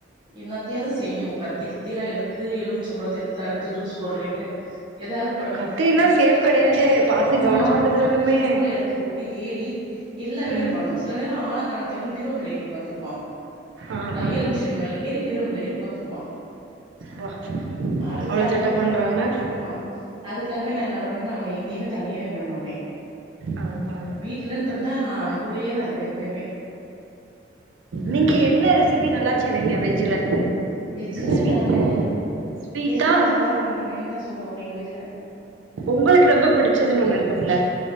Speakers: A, on the right (about 25°); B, on the right (about 85°).
A: என்னாத்தையாவது செய்யும் உக்கா கத்தி கித்தி எல்லா எடுத்து எலுமிச்சம்பளத்த எடுத்து அறுத்து ஜீஸ் போடுறேன்னு எதாவது
B: கத்தில்லா சேஃப் கெடையாதே பாத்து
A: ஆமா
B: கவனமா இது பண்ணணுமே
A: ஸ்டூல எடுத்து போட்டு ஏறி எல்லா வேலையு
B: ம்
A: பண்ணு சில நேரோ ஆளக் காணோ தேடுனா பீரோ மேல்லா ஏறி ஒக்கந்திருப்பா
B: ஆ
A: தையல்
B: ஆ
A: மிஷின் கட்டில் மேல ஏறி பீரோ மேல ஏறி உக்காந்துருப்பா
B: வா
A: அதுக்காகவே
B: அவ்ளோ சேட்ட பண்றானா
A: ஆமா அதுக்காகவே நா என்ன பண்ணுவே அவன எங்கேயுமே தனியாவே விட மாட்டே
B: ஆ ஆ
A: வீட் லன்ருந்தா நா அவே கூடயேதா இருப்பே எப்பயுமே
B: நீங்க
A: ம்
B: என்ன ரெசிபி நல்லாச் செய்வீங்க வெஜ்ஜுல
A: வெஜ்ல
B: ஸ்வீட்
A: நானு
B: ஸ்வீட்டா
A: எல்லாமே நல்லா பண்ணுவேன்னு தா சொல்லுவாங்க எங்க வீட்ல
B: உங்களுக்கு ரொம்ப புடிச்சதுன்னு ஒன்னு இருக்கும்லா